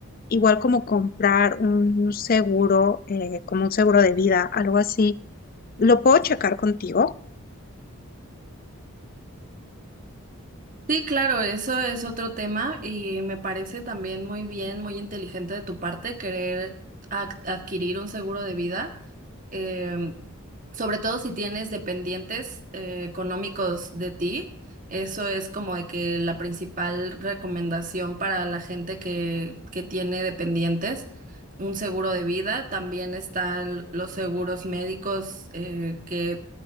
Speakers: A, on the left (about 40°); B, on the right (about 35°).
A: igual como comprar un seguro, eh, como un seguro de vida, algo así, ¿lo puedo checar contigo?
B: Sí, claro, eso es otro tema y me parece también muy bien, muy inteligente de tu parte querer ac- adquirir un seguro de vida. Em, Sobre todo si tienes dependientes eh, económicos de ti, eso es como de que la principal recomendación para la gente que, que tiene dependientes, un seguro de vida. También están los seguros médicos eh, que